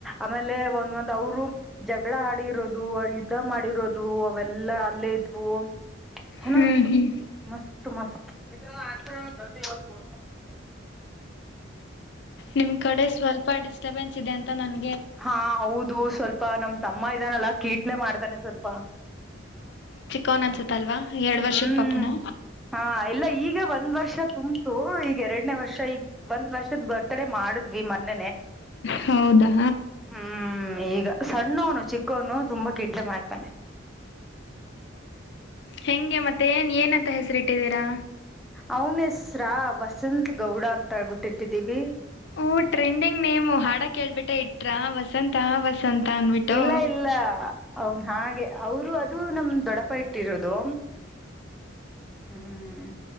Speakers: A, in the centre; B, on the left.
A: ಆಮೇಲೆ ಒಂದ ಒಂದ್ ಅವರು ಜಗಳ ಆಡಿರೋದು ಯುದ್ಧ ಮಾಡಿರೋದು ಅವೆಲ್ಲಾ ಅಲ್ಲೇ ಇದ್ವು ಚೆನ್ನಾಗಿತ್ತು
B: ಹ್ಮ್ ಹ್ಮ್
A: ಮಸ್ತ್ ಮಸ್ತ್ ಮ ಆ ಜಿ ಹೊ
B: ನಿಮ್ ಕಡೆ ಸ್ವಲ್ಪ ಡಿಸ್ಟರ್ಬೆನ್ಸ್ ಇದೆ ಅಂತ ನನ್
A: ಹಾ ಹೌದು ಸ್ವಲ್ಪ ನಮ್ ತಮ್ಮ ಇದಾನಲ್ಲಾ ಕೀಟ್ಲೆ ಮಾಡ್ತಾನೆ ಸ್ವಲ್ಪ
B: ಕನ್ ಅನ್ಸತ್ತ ಅಲ್ವಾ ಎರಡ್ ವರ್ಷದ
A: ಹ್ಮ್
B: ಪಾಪುನು
A: ಹಾ ಎಲ್ಲ ಈಗ ಒಂದ್ ವರ್ಷ ತುಂಬತು ಈಗ ಎರಡನೇ ವರ್ಷ ಈಗ ಒಂದ್ ವರ್ಷದ ಬರ್ತಡೆ ಮಾಡ ಮಾಡ್ವಿ ಮೊನ್ನ
B: ಹೌದಾ
A: ಹ್ಮ ಈಗ ಸಣ್ಣವನು ಚಿಕ್ಕವನು ತುಂಬಾ ಕಿಟ್ಲೆ ಮಾಡ್ತಾನೆ
B: ಹೆಂಗೆ ಮತ್ತೆನ್ ಏನಂತ ಹೆಸರಿ ಇಟ್ಟಿದ್ದೀರಾ
A: ಅವನ್ ಹೆಸ್ರಾ ವಸತ್ ಗೌಡ ಅಂತ ಹೇಳ್ಬಿಟ್ಟಿಟ್ಟಿದ್ದೀವಿ
B: ಹ ಟ್ರೆಂಡಿಂಗ್ ನೀೇವು್ ಹಾಡ ಕೇಳ್ಬಿಟ್ಟ ಇಟ್ರ ವಸಂತ ವಸಂತ ಅನ್ಬಿಟ್ಟು.
A: ಇಲ್ಲ ಇಲ್ಲ ಅವನ್ ಹಾಗೆ ಅವರು ಅದು ನಮ ದೊಡಪ ಇಟ್ಟಿರೋದು ಹ್ಮ್